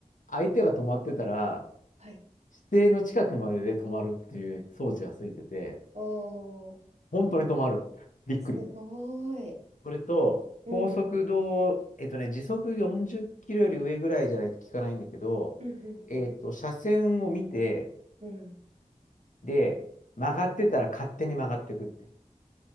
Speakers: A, on the left; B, on the right.
A: 相手が止まってたら、
B: はい。
A: 指定の近くまでで止まるっていう装置がついてて、
B: おー、
A: 本当に止まる。びっくり。
B: すごーい。
A: それと、
B: うん。
A: 高速道、えっとね、時速40キロより上ぐらいじゃないと効かないんだけど、
B: うんうん
A: えっと、車線を見て、
B: うん。うん。
A: で、曲がってたら勝手に曲がっていくっていう。